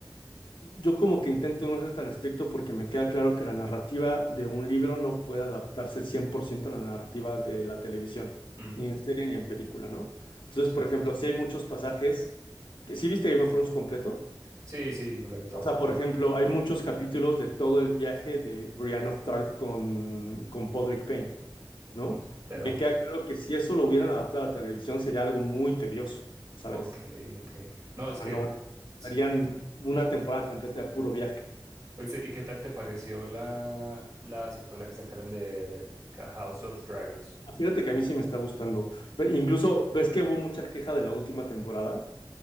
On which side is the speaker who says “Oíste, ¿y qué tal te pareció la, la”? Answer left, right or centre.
Right